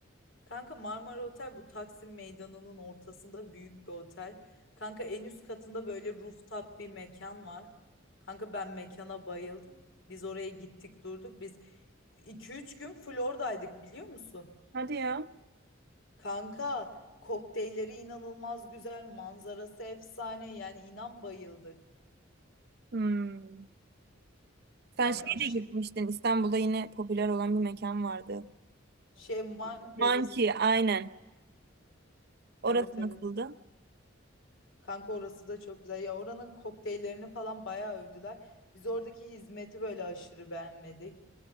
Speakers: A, on the left; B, on the right.
A: Kanka Marmara Otel bu Taksim Meydanı'nın ortasında büyük bir otel. Kanka en üst katında böyle rooftop bir mekan var. Kanka ben mekana bayıldım. Biz oraya gittik durduk. Biz iki üç gün full oradaydık biliyor musun?
B: Hadi ya.
A: Kanka kokteylleri inanılmaz güzel, manzarası efsane. Yani inan bayıldık.
B: Hmm. Sen
A: Yani
B: şeye
A: aşırı
B: de gitmiştin. İstanbul'da yine popüler olan bir mekan vardı.
A: Şey Monkeys.
B: Monkey aynen. Orası
A: Evet evet.
B: nasıldı?
A: Kanka orası da çok güzel. Ya oranın kokteyllerini falan bayağı övdüler. Biz oradaki hizmeti böyle aşırı beğenmedik.